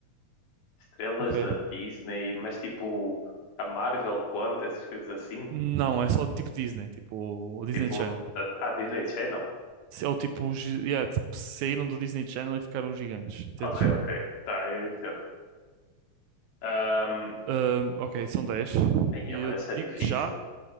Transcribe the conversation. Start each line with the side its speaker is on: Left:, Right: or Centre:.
Left: Estrelas
Right: Ok.
Left: da Disney, mas tipo a Marvel quanto, essas coisas assim?
Right: Não, é só tipo Disney, tipo o Disney
Left: Tipo,
Right: Channel.
Left: da- a Disney Channel?
Right: Se- Ou tipo, os gi- yeah, tipo, saíram do Disney Channel e ficaram gigantes, entendes?
Left: Ok, ok. Tá, eu entendo. Um...
Right: Ahm, ok, são dez
Left: Aí,
Right: E
Left: mano,
Right: eu
Left: isso é
Right: digo-te
Left: difícil.
Right: já,